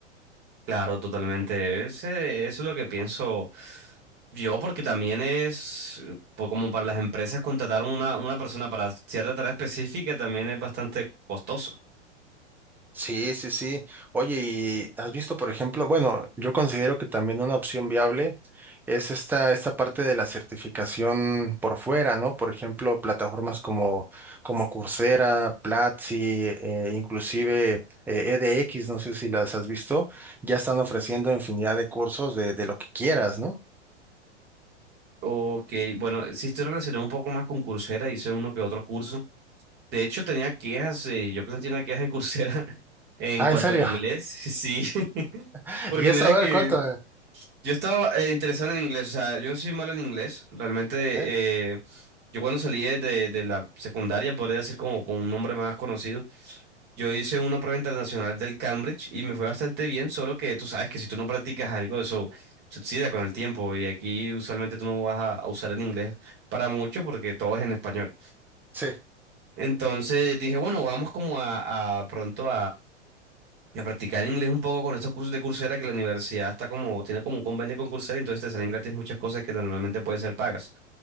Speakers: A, on the right (about 30°); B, in the centre.
A: Claro, totalmente. Ese, eso es lo que pienso yo, porque también es eh, po- como para las empresas contratar una, una persona para cierta tarea específica también es bastante costoso.
B: Sí, sí, sí. Oye, ¿y has visto, por ejemplo, bueno, yo considero que también una opción viable es esta, esta parte de la certificación por fuera, ¿no? Por ejemplo, plataformas como, como Coursera, Platzi, eh, inclusive eh, EDX, no sé si las has visto, ya están ofreciendo infinidad de cursos de, de lo que quieras, ¿no?
A: Ok, bueno, sí estoy relacionado un poco más con Coursera, hice uno que otro curso. De hecho, tenía quejas, eh, yo planteé una queja en Coursera <laughs> en
B: Ah,
A: cuanto
B: ¿en serio?
A: al inglés, <laughs> sí, <laughs>
B: <laughs>
A: porque
B: ¿Y eso?
A: mira
B: A
A: que
B: ver, cuánto.
A: Yo estaba eh, interesado en el inglés, o sea, yo no soy malo en inglés, realmente
B: ¿Eh?
A: eh, yo cuando salí de, de- de la secundaria, podría decir como con un nombre más conocido, yo hice una prueba internacional del Cambridge y me fue bastante bien, solo que tú sabes que si tú no practicas algo, eso suicida con el tiempo y aquí usualmente tú no vas a, a usar el inglés para mucho porque todo es en español.
B: Sí.
A: Entonces dije, bueno, vamos como a, a pronto a practicar inglés un poco con estos cursos de Coursera que la universidad está como, tiene como un convenio con Coursera, entonces te salen gratis muchas cosas que normalmente pueden ser pagas.